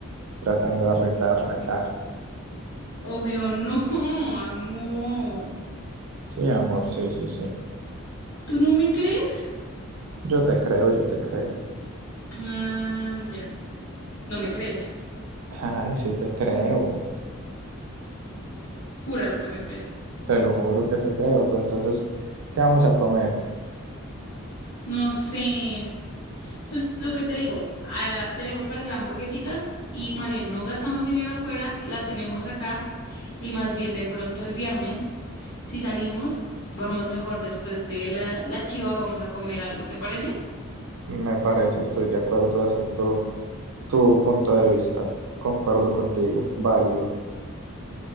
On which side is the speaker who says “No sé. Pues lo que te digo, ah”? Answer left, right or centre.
Left